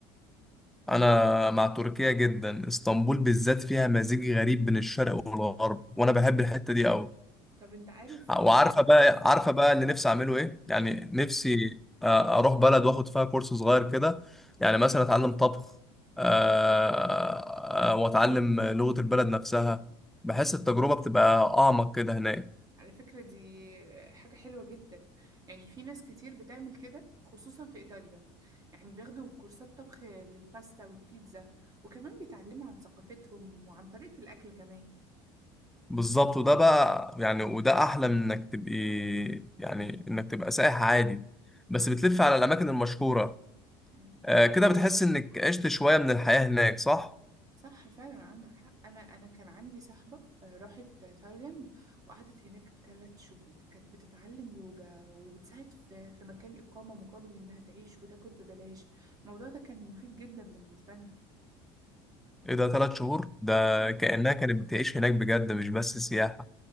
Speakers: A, in the centre; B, on the right.
A: انا مع تركيا جدا اسطنبول بالذات فيها مزيج غريب بين الشرق والغرب وانا بحب الحتة دي قوي
B: طب انت عارف
A: وعارفه بقى عارفه بقى اللي نفسي اعمله ايه يعني
B: ايه
A: نفسي آه، اروح بلد واخد فيها كورس صغير كده يعني مثلا اتعلم طبخ آه، آه، واتعلم لغه البلد نفسها بحس التجربه بتبقى اعمق كده هناك
B: على فكرة دي حاجة حلوة جدا يعني في ناس كتير بتعمل كده خصوصا في إيطاليا يعني بياخدوا كورسات طبخ للباستا والبيتزا وكمان بيتعلموا عن ثقافتهم وعن طريقة الأكل كمان
A: بالظبط وده بقى يعني وده احلى من انك تبقي يعني انك تبقى سائح عادي بس بتلف على الاماكن المشهوره
B: مم.
A: آه، كده بتحس انك عشت شويه من الحياه هناك صح
B: صح فعلا عندك حق أنا أنا كان عندي صاحبة آه، راحت تايلاند وقعدت هناك ثلاث شهور كانت بتتعلم يوجا وبتساعد في في مكان إقامة مقابل إنها تعيش وتاكل ببلاش الموضوع ده كان مفيد جدا بالنسبة لنا
A: ايه ده ثلاث شهور ده
B: اه
A: كأنها كانت بتعيش هناك بجد مش بس سياحة